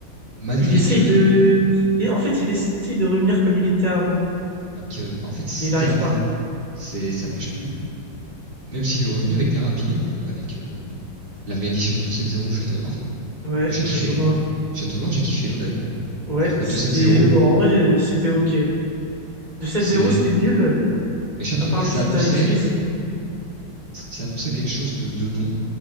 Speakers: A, on the right (about 75°); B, on the right (about 20°).
A: malgré
B: Il essaye
A: que,
B: de... Et en fait, il essaye de revenir comme il était avant.
A: ah, que, bah, en fait, c'était
B: Mais il arrive
A: avant.
B: pas.
A: C'est, ça marche plus. Même s'il est revenu avec Thérapie, hein, euh, avec euh, la réédition de 270 Château Noir,
B: Ouais,
A: que j'ai
B: Château
A: kiffé.
B: Noir.
A: Château Noir, j'ai kiffé, honnêtement.
B: Ouais,
A: Alors que
B: c'était...
A: 270,
B: bon, En vrai, euh, c'était ok. De 7-0,
A: c'est...
B: c'était nul,
A: Mais Château
B: à part
A: Noir,
B: le
A: ça
B: feat
A: annonçait
B: avec Freeze.
A: c- ça annonçait quelque chose de, de bon,